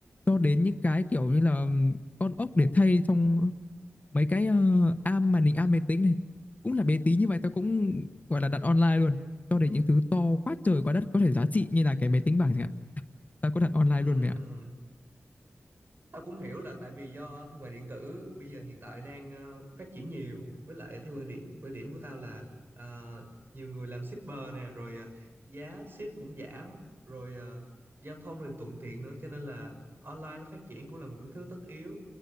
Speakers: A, on the left (about 35°); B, on the right (about 50°).
A: Cho đến những cái kiểu như là ừm, con ốc để thay trong mấy cái ờ, am màn hình am máy tính này. Cũng là bé tí như vậy tao cũng gọi là đặt online luôn. Cho đến những thứ to quá trời quá đất có thể giá trị như là cái máy tính bảng chẳng hạn. Tao có đặt online
B: Ừ,
A: luôn mẹ ạ.
B: Tao cũng hiểu là tại vì do thương mại điện tử bây giờ hiện tại đang ờ, phát triển nhiều với lại theo quan điểm quan điểm của tao là ờ, nhiều người làm shipper nè rồi ờ, giá ship cũng giảm rồi ờ, giao thông thì thuận tiện nữa cho nên là online nó phát triển cũng là một cái thứ tất yếu